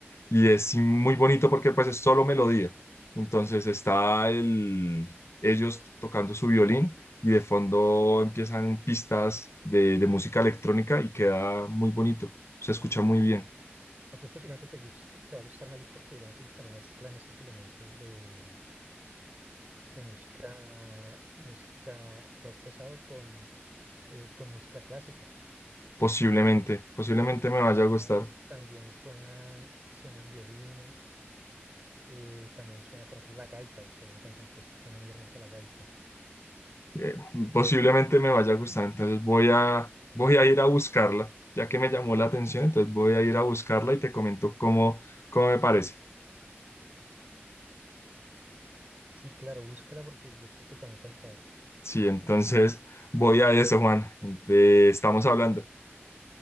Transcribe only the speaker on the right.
Entonces posiblemente te guste, te va a gustar Nightwish porque digamos ellos también mezclan esos elementos de, de música, música rock pesado con, eh, con música clásica.
O sea,
Mm. también,
también suenan, suenan violines, eh, también suena, por ejemplo, la gaita. Uy, hay una canción que suena muy hermosa, la gaita.
Sí, claro, búscala porque yo creo que te va a encantar.